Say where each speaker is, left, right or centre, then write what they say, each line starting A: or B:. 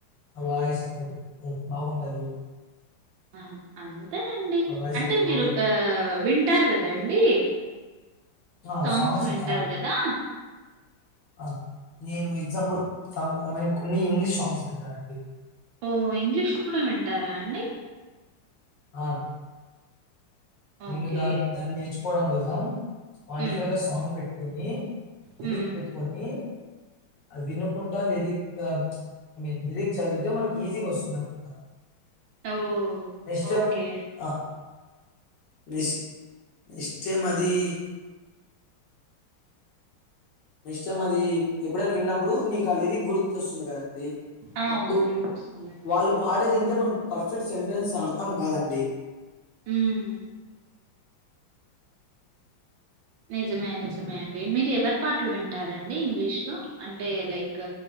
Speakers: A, on the left; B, on the right.
A: నా వాయిస్ అంత బ్ బాగుండదు
B: ఆ అంన్ తెనండి
A: నా వాయిస్
B: అంటే
A: అంత బాగోదు.
B: మీరు ఆ విన్ అంటారు కదండి
A: ఆ!
B: సాంగ్స్ వింటారు
A: చాలా
B: కదా
A: ఆ నేను ఎగ్జాంపుల్ ఐ మీన్ కొన్ని ఇంగ్లీష్ సాంగ్స్ వింట్టానండి
B: ఓ ఇంగ్లీష్ కూడా వింటారా అండి
A: ఆ నిను
B: ఓకే.
A: ద దన్నేర్చ్ కోడం కోసం <unintelligible>
B: హ్మ్.
A: లో సాంగ్ పె ఓకే తెలిక్
B: హ్మ్.
A: పెట్టుకుంటే అది వినుకుంటా లిరిక్ ఐ మీన్ లిరిక్ చదివితే మనకి ఈజీగా వస్తుందినమాట
B: ఓహ్!
A: ఇష్టం
B: ఓకే.
A: ఆ నె నెక్స్ట్ టైమ్ అది నెక్ట్ టైమ్ అది ఎప్పుడైనా విన్నప్పుడు నీకు ఆ లిరిక్ గుర్తొస్తుంది కదా
B: ఆ!
A: అప్పుడు
B: వస్తుంది. వస్తుందండి.
A: వాళ్ళు పాడేది ఇంటే మనం పర్ఫెక్ట్ సెంటెన్స్ అర్థం కాదండి
B: హ్మ్. నిజమే నిజమే అండి మీరు ఎవరి పాటలు వింటారండి ఇంగ్లీష్ లో అంటే లైక్